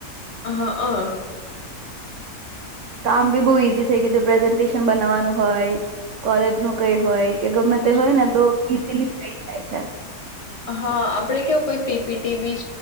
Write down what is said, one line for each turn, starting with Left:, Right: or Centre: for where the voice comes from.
Left: હા, અ
Right: કામ બી બહુ ઈઝી થઈ ગયું છે, પ્રેઝન્ટેશન બનાવવાનું હોય કોલેજ નું કઈ હોય કે ગમે
Left: હ
Right: તે હોય ને તો ઈઝીલી થઇ જાય છે
Left: હા, આપડે કેવું કોઈ પીપીટી બી